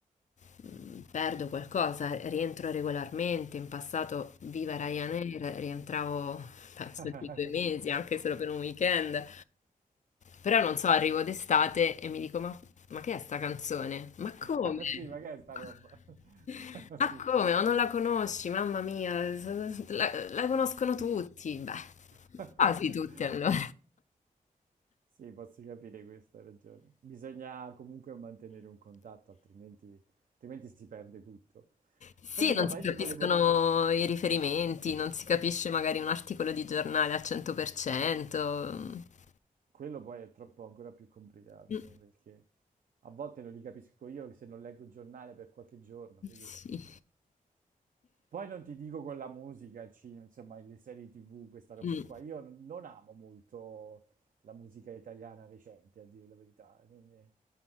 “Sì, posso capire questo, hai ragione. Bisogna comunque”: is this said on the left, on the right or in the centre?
Right